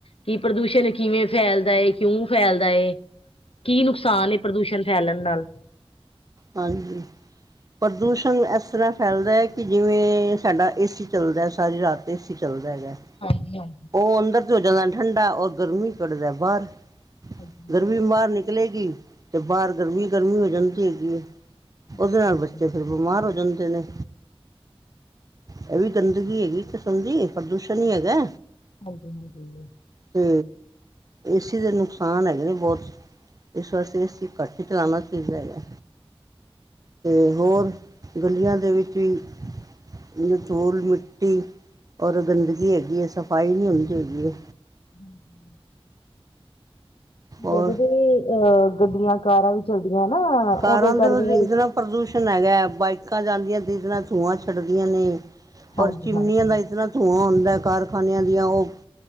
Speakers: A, on the left; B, on the right.
A: ਕੀ ਪ੍ਰਦੂਸ਼ਣ ਕਿਵੇਂ ਫੈਲਦਾ ਏ? ਕਿਉਂ ਫੈਲਦਾ ਏ? ਕੀ ਨੁਕਸਾਨ ਏ ਪ੍ਰਦੂਸ਼ਣ ਫੈਲਣ ਨਾਲ।
B: ਹਾਂਜੀਪ੍ਰਦੂਸ਼ਣ ਐਸਤਰਾਂ ਫੈਲਦਾ ਏ ਕੀ ਜਿਵੇਂ ਸਾਡਾ ਏ ਸੀ ਚੱਲਦਾ ਐ ਸਾਰੀ ਰਾਤ ਏ ਸੀ ਚੱਲਦਾ ਹੈਗੈ
A: ਹਾਂਜੀ ਹਾਂ
B: ਔ ਅੰਦਰ ਤੇ ਹੋ ਜਾਂਦਾ ਠੰਡਾ ਔਰ ਗਰਮੀ ਕੱਢਦਾ ਐ ਬਾਰ
A: ਹਾਂਜੀ
B: ਗਰਮੀ ਬਾਰ ਨਿ ਕਲੇਗੀ ਤੇ ਬਾਰ ਗਰਮੀ-ਗਰਮੀ ਹੋ ਜਾਂਦੀ ਹੈਗੀ ਏ।
A: ਹਾਂਜੀ
B: ਓਦੇ ਨਾਲ ਬੱਚੇ ਫਿਰ ਬਿਮਾਰ ਹੋ ਜਾਂਦੇ ਨੇ। ਏ ਵੀ ਗੰਦਗੀ ਹੈਗੀ ਕਿਸਮ ਦੀ ਪ੍ਰਦੂਸ਼ਣ ਈ ਹੈਗੈ।
A: ਹਾਂਜੀ-ਹਾਂਜੀ
B: ਤੇ ਏ ਸੀ ਦੇ ਨੁਕਸਾਨ ਹੈਗੇ ਨੇ ਬੋਤ ਇਸ ਵਾਸਤੇ ਏ ਸੀ ਘੱਟ ਈ ਚਲਾਣਾ ਚਾਈਦਾ ਹੈਗੈ। ਤੇ ਹੋਰ ਗਲੀਆਂ ਦੇ ਵਿੱਚ ਵੀ ਜ ਚੂਲ ਮਿੱਟੀ ਔਰ ਗੰਦਗੀ ਹੈਗੀ ਏ ਸਫਾਈ ਨੀ ਹੁੰਦੀ ਹੈਗੀ ਏ।
A: <inaudible>
B: ਹੋਰ
A: ਜਦੇ ਵੀ ਅ ਗੱਡੀਆਂ, ਕਾਰਾਂ ਵੀ ਚਲਦੀਆਂ ਨਾ
B: ਕਾਰਾਂ
A: ਓਦੇ
B: ਦੇ
A: ਕਰਰ
B: ਵਿੱਚ
A: ਵੀ
B: ਇਤਨਾ ਪ੍ਰਦੂਸ਼ਣ ਹੈਗੈ ਬਾਈਕਾਂ ਜਾਂਦੀਆਂ ਜਿਸ <unintelligible> ਨਾਲ ਧੂਆਂ ਛੱਡਦੀਆਂ ਨੇ
A: ਹਾਂਜੀ
B: ਔਰ ਚਿਮਨੀਆਂ
A: ਹਾਂਜੀ
B: ਦਾ
A: ਹਾਂਜੀ
B: ਇਸ ਤਰਾਂ ਧੂੰਆਂ ਹੁੰਦਾ ਕਾਰਖਾਨਿਆਂ ਦੀਆਂ ਓ